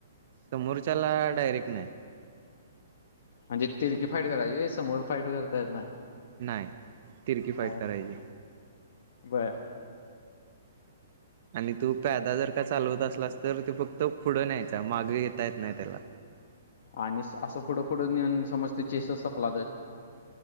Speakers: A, on the right; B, on the left.
A: समोरच्याला डायरेक नाही
B: हा ती तिरकी फाईट करायची समोर फाईट करता येत नाही.
A: नाही तिरकी फाईट
B: हाय
A: करायची.
B: बर
A: आणि तू प्यादा जर का चालवत असलास तर त्यो फक्त पुढं न्यायचा मागे घेता येत नाही त्याला.
B: आणि असं फोटो फोटो नेऊन समज ते चेस संपला तर